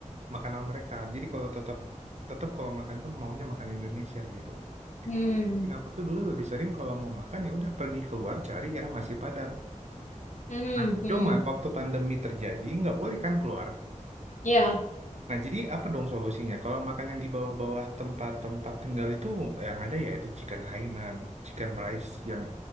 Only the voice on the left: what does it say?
Hmm.
Hmm.
Hmm.
Ya.